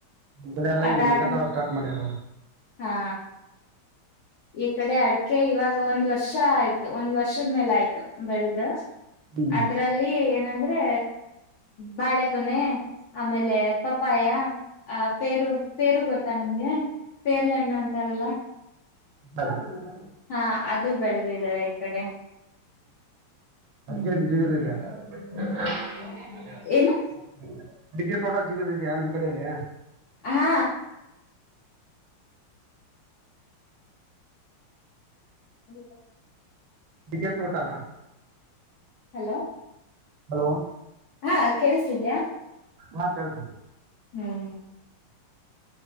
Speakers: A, on the right; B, on the left.
A: ಕಡೆ ಎಲ್ಲ
B: ಅದಾದ್
A: ಈಗ ಮೆಕ್ಕೆಜೋಳ ಸ್ಟಾರ್ಟ್ ಮಾಡ್ಯಾರ
B: ಹಾ. ಈ ಕಡೆ ಅಡಕೆ ಇವಾಗ ಒಂದ್ ವರ್ಷ ಆಯ್ತು ಒಂದ್ ವರ್ಷದ ಮೇಲೆ ಆಯ್ತು ಬೆಳದ.
A: ಹ್ಞೂ
B: ಅದ್ರಲ್ಲಿ ಏನಂದ್ರೆ ಬಾಳೆಗೊನ್ನೆ ಆಮೇಲೆ ಪಪ್ಪಾಯ ಆ ಪೇರು. ಪೇರು ಗೊತ್ತಾ ನಿಮ್ಗೆ ಪೇರ್ಲೆ ಹಣ್ಣು ಅಂತಾರಲ್ಲ.
A: ಹ್ಞೂ
B: ಹಾ ಅದು ಬೆಳೆದಿದ್ದಾರೆ ಈ ಕಡೆ.
A: <unintelligible>
B: ಹ್ಮ್ ಏನು
A: ಅಡಿಕೆ ತೋಟ ಜಿಗದಿದೇಯಾ ನಿಮ್ ಕಡೆಯಲ್ಲಿ.
B: ಹಾ ಎ ಸರಿ.
A: ಅಡಿಕೆ ತೋಟಾ.
B: ಹಲೋ
A: ಹಲೋ
B: ಹಾ ಕೇಳಸ್ತೀದೆಯಾ.
A: ಹಾ ಕೇಳ್ಸಿ
B: ಹ್ಮು